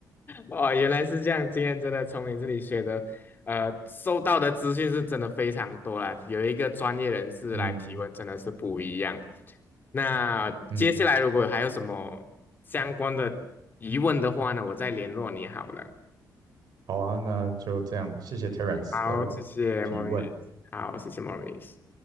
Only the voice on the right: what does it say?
嗯
嗯，
好啊，那就这样，谢谢 Terence
的
提问，